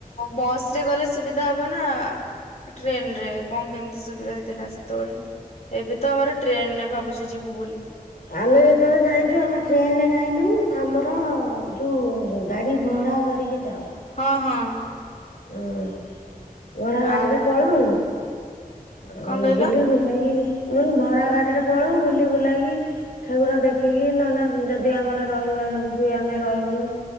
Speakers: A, on the left (about 45°); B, on the left (about 70°).
A: ବସରେ ଗଲେ ସୁବିଧା ହବ ନା ଟ୍ରେନରେ କଣ କେମିତି ସୁବିଧା ହେଇଥିଲା ସେତେବେଳେ? ଏବେ ତ ଆମର ଟ୍ରେନରେ ଭାବୁଛୁ ଯିବୁ ବୋଲି।
B: ଆମେ ଯେତେବେଳେ ଯାଇଛୁ ଆମେ ଟ୍ରେନରେ ଯାଇନୁ ଆମର ଯୋଉ ଗାଡି ଭଡା କରିକି ଯାଉ।
A: ହଁ ହଁ।
B: ହୁଁ। ଭଡା
A: ଆଉ
B: ଗାଡିରେ ପଳାଉ ଆଉ
A: କଣ କହିଲ
B: ବୁଲି ବୁଲାକି ମୁୁଁ କହିନି ଭଡା ଗାଡିରେ ପଳଉ ବୁଲି ବୁଲାକି ଠାକୁର ଦେଖିକି ନହେଲେ ଯଦି ଆମର ରହିବା ହୁଏ ଆମେ ରହିଯାଉ।